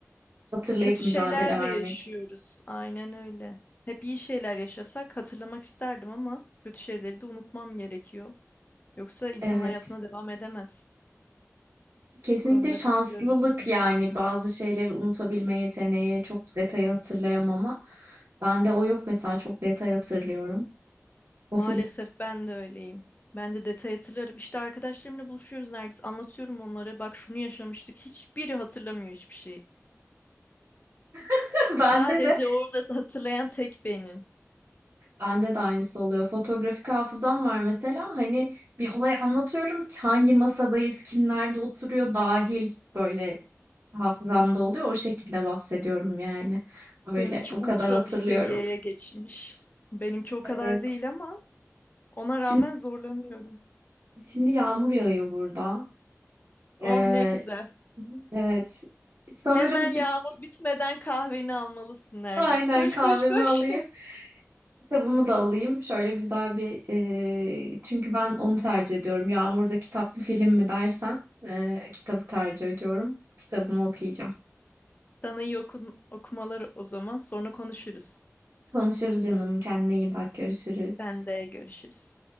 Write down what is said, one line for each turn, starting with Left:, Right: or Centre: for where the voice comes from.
Right: hatırlayıp
Left: kötü
Right: mücadele
Left: şeyler
Right: vermek.
Left: de yaşıyoruz. Aynen öyle. Hep iyi şeyler yaşasak hatırlamak isterdim ama kötü şeyleri de unutmam gerekiyor. Yoksa insan
Right: Evet.
Left: hayatına devam edemez.
Right: Kesinlikle
Left: Bu konuda
Right: şanslılık
Left: katılıyorum sana.
Right: yani bazı şeyleri unutabilme yeteneği, çok detayı hatırlayamama. Bende o yok mesela çok detay hatırlıyorum. O
Left: Maalesef
Right: film
Left: ben de öyleyim. Ben de detay hatırlarım. İşte arkadaşlarımla buluşuyoruz Nergis. Anlatıyorum onlara. Bak şunu yaşamıştık. Hiçbiri hatırlamıyor hiçbir şeyi.
Right: <laughs> bende
Left: Sadece
Right: de
Left: orada hatırlayan tek benim.
Right: bende de aynısı oluyor. Fotoğrafik hafızam var mesela hani bir olayı anlatıyorum ki hangi masadayız, kimlerde oturuyor dahil böyle hafızamda oluyor. O şekilde bahsediyorum yani. Öyle
Left: Seninki
Right: o
Left: ultra
Right: kadar hatırlıyorum.
Left: bir seviyeye geçmiş. Benimki o kadar
Right: Evet.
Left: değil ama ona
Right: Şimdi
Left: rağmen zorlanıyorum.
Right: şimdi yağmur yağıyor burada.
Left: Oh
Right: Ee,
Left: ne güzel.
Right: Evet. Sanırım
Left: Hemen yağmur
Right: bir
Left: bitmeden kahveni almalısın
Right: <laughs>
Left: Nergis.
Right: aynen
Left: Koş
Right: kahvemi
Left: koş koş.
Right: alayım. Kitabımı da alayım. Şöyle güzel bir e, çünkü ben onu tercih ediyorum. Yağmurda kitaplı film mi dersen e, kitabı tercih ediyorum. Kitabımı okuyacağım.
Left: <laughs> Sana iyi okul okumaları o zaman. Sonra konuşuruz.
Right: Konuşuruz canım. Kendine iyi bak. Görüşürüz.
Left: Sen de görüşürüz.